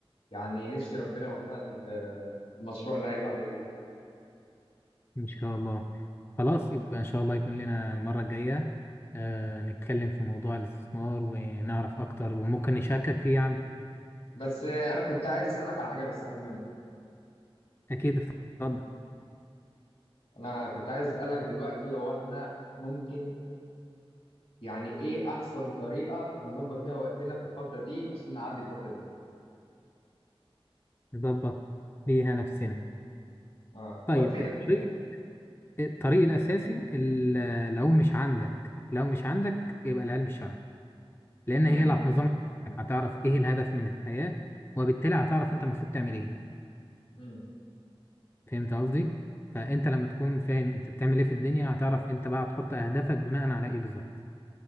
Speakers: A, on the left (about 80°); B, on the left (about 25°).
A: يعني نفسي ربنا يوفقني في المشروع اللي عايز اعمله ده
B: إن شاء الله خلاص يبقى إن شاء الله يكون لنا المرة الجاية آه نتكلم في موضوع الاستثمار ونعرف أكتر وممكن نشاركك فيه يا عم
A: بس آه، انا كنت عايز اسالك على حاجه بس قبل ما نبدا
B: أكيد اتفضل
A: انا كنت عايز اسالك دلوقتي هو احنا ممكن يعني ايه احسن طريقه نظبط بيها وقتنا في الفتره دي عشان نعدي الفتره دي
B: نظبط بيها نفسنا
A: اه
B: طيب
A: وقتنا
B: الطريق الطريق الأساسي ال- لو مش عندك لو مش عندك يبقى العلم الشرعي لأن
A: امم
B: هي اللي هتنظم حياتك. هتعرف إيه الهدف من الحياة وبالتالي هتعرف أنت المفروض تعمل إيه
A: امم
B: فهمت قصدي؟ فأنت لما تكون فاهم أنت بتعمل إيه في الدنيا هتعرف أنت بقى تحط أهدافك بناء على إيه بالظبط